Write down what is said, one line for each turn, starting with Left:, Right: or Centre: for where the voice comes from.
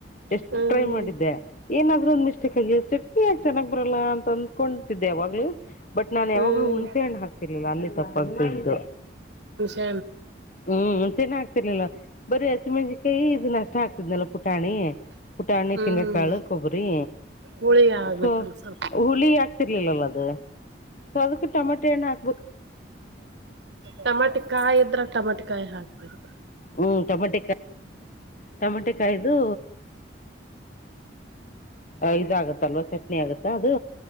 Left: ಎಷ್ಟು
Right: ಹ್ಮ್
Left: ಟ್ರೈ ಮಾಡಿದ್ದೆ ಏನಾದ್ೂ ಒಂದ್ ಮಿಸ್ಟೇಕ್ ಆಗಿದೆ ಚಟ್ನಿ ಯಾಕೆ ಚೆಾಗ್ ಬರಲ್ಲ ಅಂತ ಅಂದ್ಕೊತಿದ್ದೆಾಗ ್ ಬಟ್ ನಾನ್ ಯಾವಾಗ್ಲೂ
Right: ಹ್ಮ್
Left: ಹುಣಸೆ ಹಣ್ಣು ಹಾಕ್ತಿರ್ಲಿಲ್ಲ ಅಲ್ಲಿ ತಪ್ಪಾಗತ
Right: ಹ್ಣ
Left: ಹ್ಮ್ ಚೆನ್ನ ಆಗ್ತಿರ್ಲಿಲ್ಲ ಬರೀ ಹಸಿಮೆಣಜಿಕಾಯಿ ಇದು ನಷ್ಟ ಆಗ್ತಿದ್ನಲ್ಲ ಪುಟಾಣಿ ಪುಟಾಣಿ
Right: ಹ್ಮ್
Left: ಸಿಂಗಕ್ಕಾಳ ಕೊಬ್ಬರಿ
Right: ಹುಳಿ ಆಗ್ಬೇಕಲ್ಲ
Left: ಸೊ
Right: ಸ್ವಲ್ಪ
Left: ಹುಳಿ ಹಾಕ್ತಿರ್ಲಿಲ್ಲಲ್ಲ ಅದು ಸೊ ಅದಕ್ಕೆ ಟೊಮಾಟೆ ಣ್ಣ ಹಕ್ತ
Right: ಟಮಾಟ ಕಾಯಿ ಇದ್ರೆ ಟಮಾಟಕಾಯಿ ಹಾಕ್ತಾರ
Left: ಹ್ಮ್ ಟೊಮಟ ಟಮಟೆ ಕಾಯ್ದು ಇದಾಗತ್ತಲ್ವಾ ಚಟ್ನಿ ಆಗತ್ತಾ ಅದು